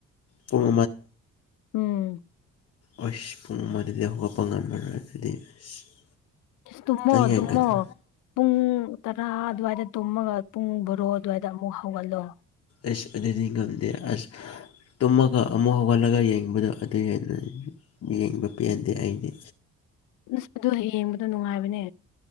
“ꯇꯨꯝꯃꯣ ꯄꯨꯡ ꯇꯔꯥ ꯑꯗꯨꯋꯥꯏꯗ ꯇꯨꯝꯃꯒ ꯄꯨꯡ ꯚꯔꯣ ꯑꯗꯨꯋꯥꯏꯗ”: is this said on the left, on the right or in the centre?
Left